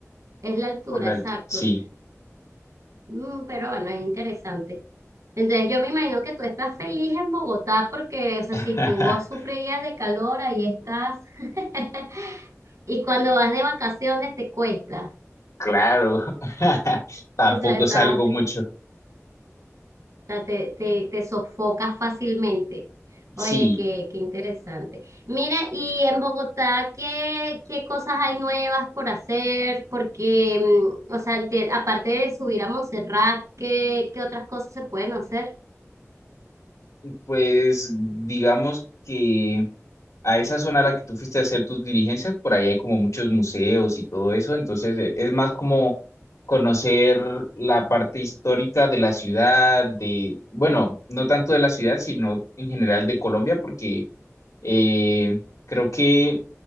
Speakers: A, on the right; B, on the left.
A: Es la altura,
B: por la
A: exacto.
B: altura, sí.
A: Mm, pero bueno, es interesante. Entonces yo me imagino que tú estás feliz en Bogotá porque, o sea,
B: <laughs>
A: si tú sufrías de calor, ahí estás. <laughs> Y cuando vas de vacaciones te cuesta.
B: Claro, <laughs> tampoco
A: O sea, estás
B: salgo
A: así,
B: mucho.
A: o sea, te, te, te sofocas fácilmente. Oye,
B: Sí,
A: qué, qué interesante. Mira, y en Bogotá, ¿qué, qué cosas hay nuevas por hacer? Porque, mm, o sea, enti- aparte de subir a Montserrat, ¿qué, qué otras cosas se pueden hacer?
B: pues digamos que... a esa zona a la que tú fuiste a hacer tus diligencias, por ahí hay como muchos museos y todo eso, entonces eh, es más como conocer la parte histórica de la ciudad, de, bueno, no tanto de la ciudad, sino en general de Colombia, porque eh, creo que